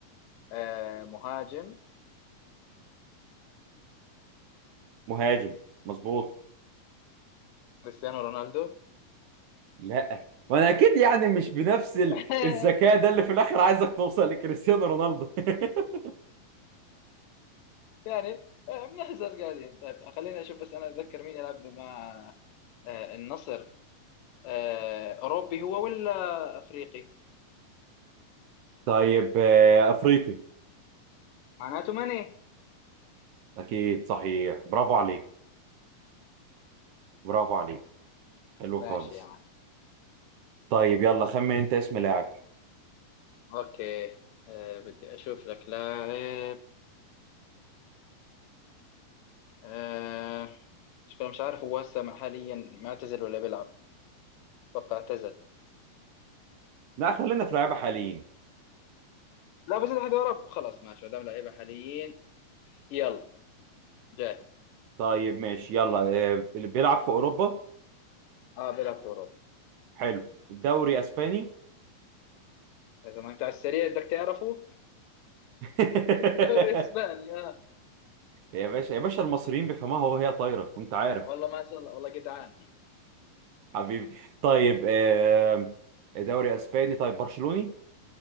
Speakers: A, on the left; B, on the right.
A: آه مهاجم
B: مهاجم مظبوط
A: كريستيانو رونالدو
B: لا ما انا اكيد يعني مش بنفس ال-
A: <laughs>
B: الذكاء ده اللي في الاخر عايزك توصل لكريستيانو رونالدو <laughs>
A: يعني آه، بنحزر قاعدين طيب خليني اشوف بس انا اتذكر مين يلعب مع آه، النصر آه، اوروبي هو ولا افريقي
B: طيب آه، افريقي
A: معناته ماني
B: اكيد صحيح برافو عليك برافو عليك حلو
A: ماشي
B: خالص
A: يا معلم
B: طيب يلا خمن انت اسم لاعب
A: اوكي آه، بدي اشوف لك لاعب آه، مش مش عارف هو هسه مع- حاليا معتزل ولا بيلعب اتوقع اعتزل
B: لا خلينا في لعيبه حاليين
A: لا بس اذا حدا عرف خلاص ماشي ما دام لعيبه حاليين يلا جاهز
B: طيب ماشي يلا آه، اللي بيلعب في اوروبا
A: اه بيلعب في اوروبا
B: حلو دوري اسباني
A: اذا ما انت على السريع بدك تعرفه
B: <laughs>
A: دوري اسباني اه
B: يا باشا يا باشا المصريين بيفهموها وهي طايره انت عارف
A: والله ما شاء الله والله جدعان
B: حبيبي طيب آه،
A: آه.
B: دوري اسباني طيب برشلوني